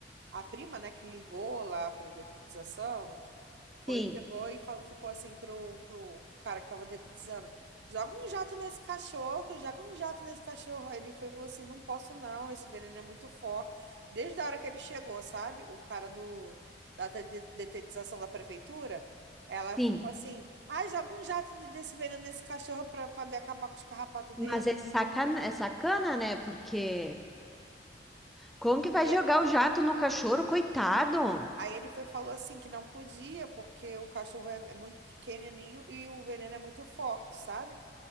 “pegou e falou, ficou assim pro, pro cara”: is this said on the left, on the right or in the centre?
Right